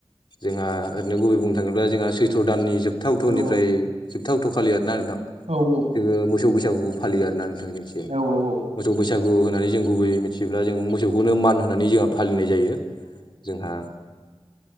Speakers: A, on the left; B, on the right.
A: जोंहा ओरैनो गुबै बुंनो थाङोब्ला जोंहा सैथ्र' दाननि जोबथा अक्थ'निफ्राय
B: औ
A: जोबथा अक्थ'खालि आरोना नोंथां।
B: औ-औ।
A: जोङो मोसौ बैसागुखौ फालियो आरोना नोंथां जोंनिथिंजाय
B: औ औ औ।
A: मोसौ बैसागु होननानै जों गुबै मिथियोब्ला जों मोसौखौनो मान होननानै जोंहा फालिनाय जायो जोंहा